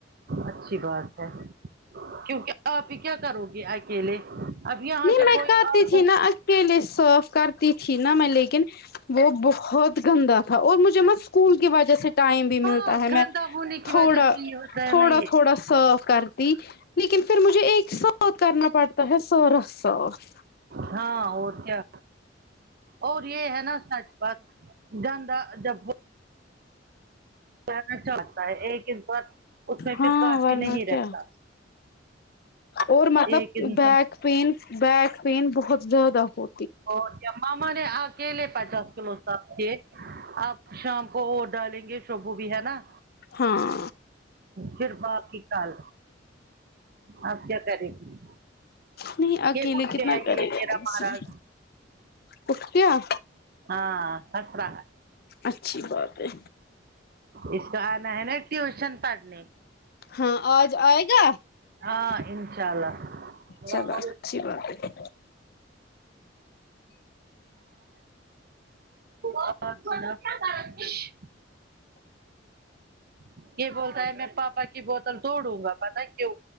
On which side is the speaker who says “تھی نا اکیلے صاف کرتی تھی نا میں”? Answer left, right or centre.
Left